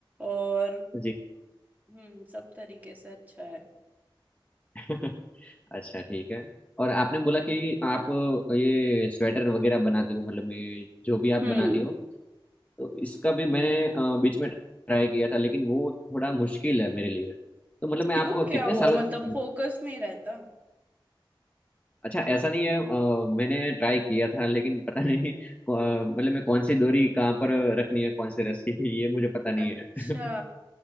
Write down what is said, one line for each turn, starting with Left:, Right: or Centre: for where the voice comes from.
Right: और
Left: जी
Right: हम्म सब तरीके से अच्छा है
Left: <laughs> अच्छा ठीक है और आपने बोला कि आप ये स्वेटर वगैरह बनाती हो मतलब ये जो भी आप
Right: हम्म
Left: बनाती हो तो इसका भी मैंने अ, बीच में ट्राई किया था लेकिन वो थोड़ा मुश्किल है मेरे लिए तो मतलब मैं आपको
Right: क्यों क्या
Left: कितने
Right: हुआ
Left: सालों
Right: मतलब
Left: से
Right: फोकस नहीं रहता
Left: अच्छा ऐसा नहीं है अ, मैंने ट्राई किया था लेकिन पता नहीं <laughs> अ, मतलब मैं कौन सी डोरी कहाँ पर रखनी है कौन सी रस्सी <laughs> ये मुझे पता नहीं
Right: अच्छा
Left: है <laughs>